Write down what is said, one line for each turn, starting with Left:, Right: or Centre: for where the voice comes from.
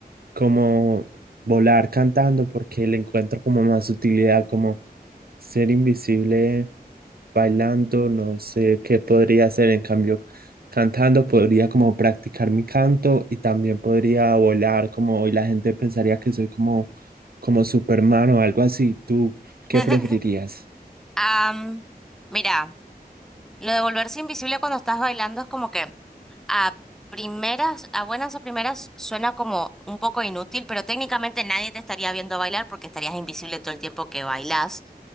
Right: como volar cantando porque le encuentro como más utilidad, como ser invisible bailando, no sé qué podría hacer. En cambio, cantando podría como practicar mi canto y también podría volar como y la gente pensaría que soy como, como Superman o algo así. ¿Tú qué
Centre: <laughs>
Right: preferirías?
Centre: Am, mira, lo de volverse invisible cuando estás bailando es como que a primeras, a buenas o primeras suena como un poco inútil, pero técnicamente nadie te estaría viendo bailar porque estarías invisible todo el tiempo que bailás.